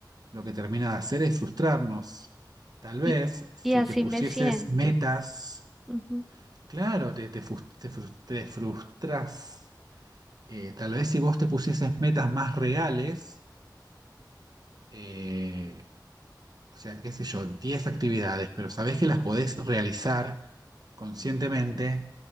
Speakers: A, on the right; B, in the centre.
A: lo que termina de hacer es frustrarnos. Tal vez
B: Y,
A: si
B: y así
A: te pusieses
B: me siento.
A: metas,
B: Ujú.
A: claro, te, te, frus- te frus- te frustras. Eh, tal vez si vos te pusieses metas más reales, eh, o sea, qué sé yo, 10 actividades, pero sabés que las podés realizar conscientemente,